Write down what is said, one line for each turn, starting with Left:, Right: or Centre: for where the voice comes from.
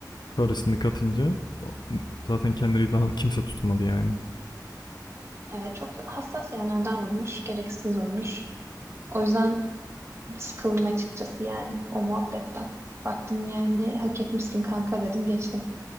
Left: karısını katınca zaten Kendrick'i daha kimse tutmadı yani.
Right: Evet çok hassas yerlerden vurmuş, gereksiz vurmuş. O yüzden sıkıldım açıkçası yani o muhabbetten. Baktım yani hak etmişsin kanka dedim geçtim.